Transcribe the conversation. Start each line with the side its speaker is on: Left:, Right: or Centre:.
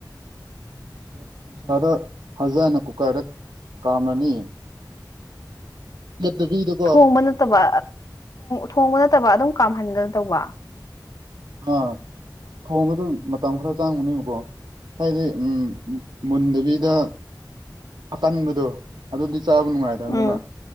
Right: ꯑꫭꯛꯁꯥꯗ ꯐꯖꯥꯅ ꯀꯨꯀꯔꯗ ꯀꯥꯝꯂꯅꯤ ꯂꯦꯞꯇꯕꯤꯗꯣ
Left: ꯊꯣꯡꯕ ꯅꯠꯇꯕ ꯊꯣꯡꯕ ꯅꯠꯇꯕ ꯑꯗꯨꯝ ꯀꯥꯝꯍꯟꯒꯅ ꯇꯧꯕ
Right: ꯑꯥ ꯊꯣꯡꯕꯗ ꯃꯇꯝ ꯈꯔ ꯆꯡꯕꯅꯦꯕꯀꯣ ꯍꯥꯏꯗꯤ ꯎꯝ ꯃꯨꯟꯗꯕꯤꯗ ꯑꯀꯟꯕꯗꯣ ꯑꯗꯨꯗꯤ ꯆꯥꯕ ꯅꯨꯡꯉꯥꯏ ꯅꯦꯕ
Left: ꯎꯝ